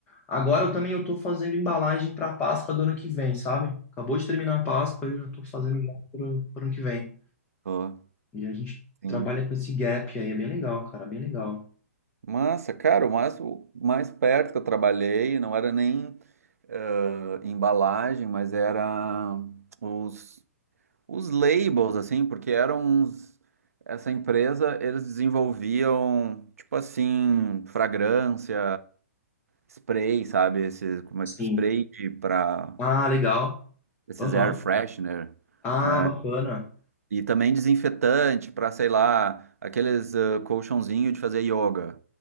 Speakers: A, on the left; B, on the right.
A: Agora eu também eu tô fazendo embalagem para Páscoa do ano que vem, sabe? Acabou de terminar a Páscoa, e eu já tô fazendo já pro, pro ano que vem.
B: Pô,
A: E a gente
B: sim.
A: trabalha com esse gap aí, é bem legal, cara, bem legal.
B: Massa, cara, o mais, o mais perto que eu trabalhei não era nem eh, embalagem, mas era os, os labels, assim, porque eram uns. Essa empresa, eles desenvolviam, tipo assim, fragrância, spray, sabe? Esse, como
A: Sim.
B: é que spray para
A: Ah, legal.
B: esses
A: Aham.
B: air freshener,
A: Ah,
B: né?
A: bacana.
B: E também desinfetante para, sei lá, aqueles eh, colchãozinho de fazer yoga,